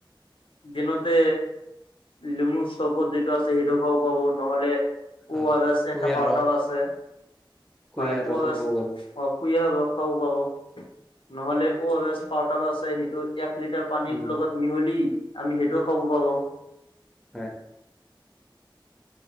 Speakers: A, on the left; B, in the centre.
A: দিনতে লেমুৰ চৰবত যিটো আছে সেইটো খও পাব নহলে ভ
B: হয় কুঁহিয়াৰ
A: এটা পউাৰ
B: ৰস
A: আছে
B: কুঁহিয়াৰ
A: হয় ভ
B: ৰসো
A: অসুয়া
B: খাব পাৰো
A: ৰখ খাব পাৰ নহলে অ পাউাৰ আছে সেইটো এক লিটাৰ পানীত
B: উম
A: লগত মিহলি আমি সেইটোও খাব পাৰো
B: হয়